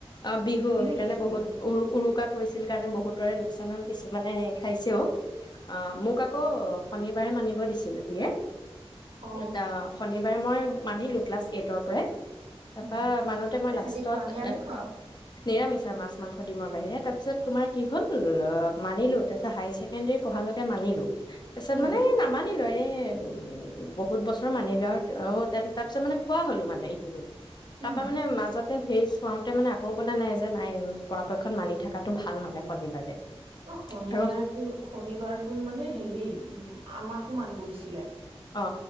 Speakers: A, on the left; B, on the right.
A: অ বিহু
B: বিহুত
A: সেইকাৰণে
B: আছিলে
A: বহুত উ উৰুকা পৰিছিল কাৰণে বহুত কৰে লোকচান হল কিছুমানে আহে খাইছে অ অ মোক আকৌ শনিবাৰে মানিব দিছিলে দিয়ে
B: অ
A: এটায়া শনিবাৰে মই মানিলো ক্লাছ এইটৰ পৰাই তাৰপা
B: উম
A: মানুহতে
B: মানে
A: মই লাষ্টত
B: হেৰি খোৱা নিৰামিষ
A: এ
B: খোৱাও
A: নিৰামিষ আৰু মাছ মাংস দিম আৰু বাহিৰে তাৰ পিছত তোমাৰ কি হল মানিলো তাৰপিছত হায়াৰ ছেকেণ্ডৰী পঢ়ালৈকে মানিলো তাৰিছত
B: উম
A: মে নামানিলো এই উ বহুত বছৰ মানিলো আৰু অ তা তাৰ পিছত মানে খোৱা হলো মানে ইটো তাৰ
B: উম
A: পৰা মানে মাজত এ সেই চোৱাাওতে মানে আকৌ কল নাই যে নাই পৰাপক্ষত মানি থকাাতটো ভাল মানে শনিবাৰে
B: অ শনিবাৰেতো
A: আৰু
B: শনিবাৰটো মানে হেৰি উ আমাকো মানিব দিছিলে
A: অ